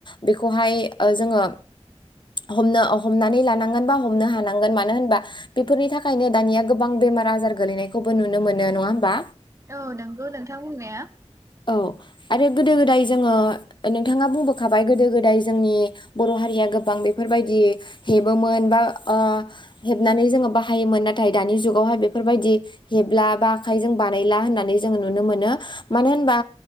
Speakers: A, on the left; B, on the right.
A: बेखौहाय ओ जोङो हमनो हमनानै लानांगोन बा हमनो हानांगोन मानो होनबा बेफोरनि थाखायनो दानिया गोबां बेमार आजार गोलैनाय खौबो नुनो मोनो नङा होमबा
B: औ नंगौ नोंथां बुंनाया।
A: औ आरो गोदो गोदाय जोङो नोंथाङा बुंबोखाबाय गोदो गोदाय जोंनि बर हारिया गोबां बेफोरबायदि हेबोमोन बा ओ हेबनानै जोङो बाहायोमोन नाथाय दानि जुगावहाय बेफोरबायदि हेबला बा आखाइजों बानायला होननानै जोङो नुनो मोनो‌।मानो होनबा